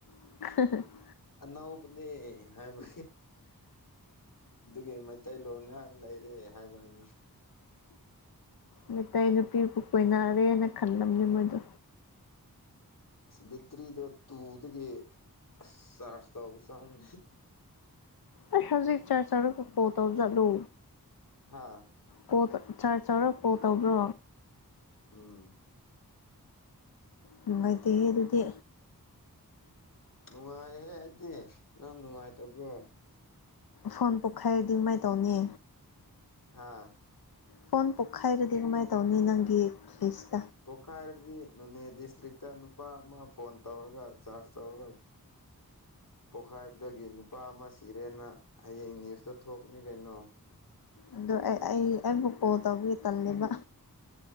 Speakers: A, on the left (about 75°); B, on the left (about 60°).
A: <unintelligible>
B: ꯑꯥꯅꯥꯎꯕꯅꯦ ꯍꯥꯏꯕ ꯑꯗꯨꯒꯤ ꯃꯩꯇꯩꯂꯣꯟ ꯉꯥꯛ ꯂꯩꯔꯦ ꯍꯥꯏꯕ ꯍꯥꯏꯅ
A: ꯃꯩꯇꯩ ꯅꯨꯄꯤꯕꯨ ꯀꯣꯏꯅꯔꯦꯅ ꯈꯜꯂꯝꯅꯤ ꯃꯣꯏꯗꯣ
B: ꯕꯤꯠꯇ꯭ꯔꯤꯗꯣ ꯇꯨꯗꯒꯤ ꯆꯥꯔꯖ ꯇꯧꯕ ꯆꯗꯦ
A: ꯑꯩ ꯍꯧꯖꯤꯛ ꯆꯥ ꯆꯥ ꯀꯣ ꯇꯖꯂꯨ
B: ꯍꯥꯥ
A: ꯀꯣ ꯆꯥꯔꯖ ꯆꯥꯎꯧꯔꯣ ꯀꯣ ꯇꯧꯕ꯭ꯔꯣ
B: ꯎꯝ
A: ꯅꯨꯡꯉꯥꯏꯗꯤ ꯑꯗꯨꯗꯤ
B: ꯅꯨꯡꯉꯥꯏꯍꯦ ꯑꯩꯗꯤ ꯅꯪ ꯅꯨꯡꯉꯥꯏꯇꯕ꯭ꯔꯣ
A: ꯐꯣꯟ ꯄꯣꯛꯈꯥꯏꯔꯗꯤ ꯀꯃꯥꯏꯅ ꯇꯧꯅꯤ
B: ꯍꯥꯥ
A: ꯐꯣꯟ ꯄꯣꯛꯈꯥꯏꯔꯗꯤ ꯀꯃꯥꯏꯅ ꯇꯧꯅꯤ ꯅꯪꯒꯤ ꯄ꯭ꯂꯤꯁ
B: ꯄꯣꯛꯈꯥꯏꯔꯗꯤ ꯅꯣꯅꯦ ꯗꯤꯁꯇ꯭ꯔꯤꯛꯇ ꯅꯨꯄꯥ ꯑꯃ ꯐꯣꯟ ꯇꯧꯔꯒ ꯆꯥꯔꯖ ꯇꯧꯔꯒ ꯄꯣꯛꯈꯥꯏꯕꯗꯒꯤ ꯅꯨꯄꯥ ꯑꯃ ꯁꯤꯔꯦꯅ ꯍꯌꯦꯡ ꯅ꯭ꯌꯨꯁꯇ ꯊꯣꯛꯅꯤ ꯀꯩꯅꯣ
A: ꯑꯗꯨ ꯑꯩ ꯑꯩ ꯑꯩꯕꯨꯛ ꯀꯣꯜ ꯇꯧꯕꯒꯦ ꯇꯜꯂꯦꯕ